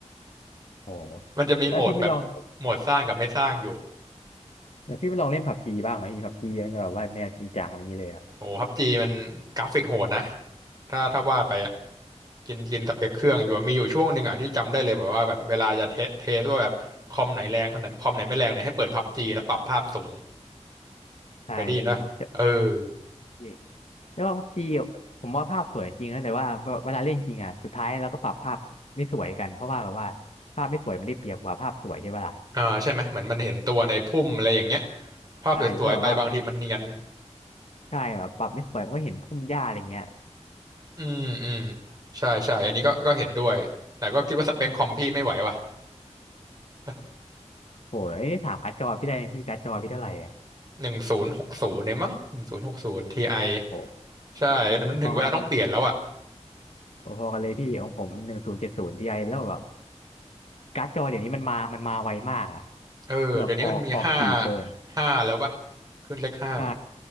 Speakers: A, on the left (about 65°); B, on the right (about 35°).
A: โอ้
B: <laughs> มันจะมีโหมดแบบโหมดสร้างกับไม่สร้างอยู่
A: แล้วพี่ไม่ลองแล้วพี่ไม่ลองเล่นผับจีบ้างเหรอพี่ผับจีมันแบบว่าแนวจริงจังอะไรอย่างงี้เลยอ่ะ
B: โอ้พับจีมันกราฟิกโหดนะถ้าถ้าว่าไปอ่ะกินกินสเปคเครื่องอยู่อะมีอยู่ช่วงหนึ่งอ่ะที่จำได้เลยแบบว่าแบบเวลาจะเทสเทสว่าแบบคอมไหนแรงคอมไหนคอมไหนไม่แรงเนี่ยให้เปิดพับจีแล้วปรับภาพสูง
A: ใช่พี่
B: เคยได้ยินปะเออ
A: นี่แล้วว่าผับจีผมว่าภาพสวยจริงนะแต่ว่าเวลาเล่นจริงอ่ะสุดท้ายเราก็ปรับภาพไม่สวยกันเพราะว่าแบบว่าภาพไม่สวยมันได้เปรียบกว่าภาพสวยใช่ปะล่ะ
B: อ่าใช่ไหมเหมือนมันเห็นตัวในพุ่มอะไรอย่างเงี้ยภาพสวยๆไปบางทีมันเนียน
A: ใช่เพราะแบบว่าใช่แบบปรับไม่สวยมันก็เห็นพุ่มหญ้าอะไรเงี้ย
B: อืมอืมใช่ใช่อันนี้ก็ก็เห็นด้วยแต่ก็คิดว่าสเปคคอมพี่ไม่ไหวว่ะ
A: ใช่
B: <laughs>
A: โอ้ยเอถามการ์ดจอพี่ได้ไหมพี่การ์ดจอพี่เท่าไหร่อ่ะ
B: หนึ่งศูนย์หกศูนย์เองมั้งหนึ่งศูนย์หกศูนย์ทีไอ
A: โอ้
B: ใช่
A: โหพอพ
B: มันถึงเวลาต้องเปลี่ยนแล้วอ่ะ
A: อพอกันเลยพี่ของผมหนึ่งศูนย์เจ็ดศูนย์ทีไอแล้วแบบการ์ดจอเดี๋ยวนี้มันมา มันมาไวมากอ่ะ
B: เออเดี๋ยวนี้มันมีห้า
A: แบบออกออกถี่เกิน
B: ห้าแล้วป่ะขึ้นเลขห้า
A: ใช่